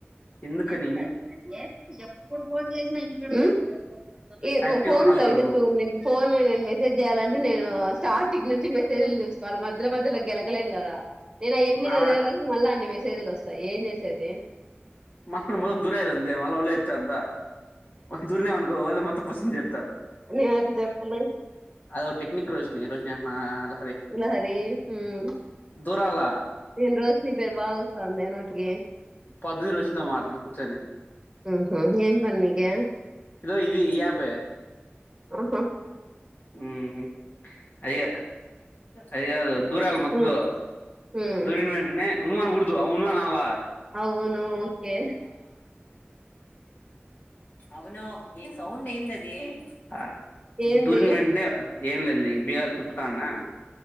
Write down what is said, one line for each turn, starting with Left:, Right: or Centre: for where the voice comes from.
Left: ఎందుకని
Right: నేను గుడ అట్నే ఎప్పుడు ఫోన్ చేసినా ఇ ఉ ఏ
Left: యాక్టివ్గా
Right: ఫోన్
Left: ఉండాలి
Right: సరిగ్గా
Left: కదా నువ్వు
Right: చూడు నీ ఫోన్ నేనె మె లిప్ట్ జేయాలంటే నేను ఆ స్టార్టింగ్ నుంచి మెసేజ్లు చూసుకోవాలి మధ్యలో మధ్యలో గెలకలేను కదా నేను అయన్ని
Left: అలా
Right: చదివేలోపు మళ్ళ అన్ని వేస్ చెదులు వస్తాయ్ ఏం జేసేది
Left: మస్త్ మం దూరేయాల అంతే మళ్ళ ఓళ్లే కద్దా దూరినామనుకో వాళ్ళే మొత్తం బస్మం జేత్తారు
Right: నే అది జెప్పలే
Left: అద ఒక టెక్నిక్ రోషిని రోషిని నాల
Right: విలహరి హ్మ్
Left: దూరాల్ల
Right: యేం రోషిని పేరు బాగా వస్తాందె నో టిగి
Left: పొద్దిని రోషిన్తో మాడుతున్నం కూచ్చోని
Right: ఉహు ఏం పని నీకే
Left: ఇదో ఇది ఈ యాపే
Right: మ్మ్ హ్మ్
Left: మ్మ్ అయ్య అయిగాదు దూరాల మద్దిలో
Right: ఉమ్ ఉమ్
Left: దూరిన వెంటనే ఉమ్ అనకూడదు అవును అనాలా
Right: అవును ఒకే
Left: అవును ఈ సౌండ్ ఏందం డి ఆ
Right: ఏంది
Left: దూరిన్ వెంట్నే ఏం లేదులే బీగాలు తిప్పుతానున్నా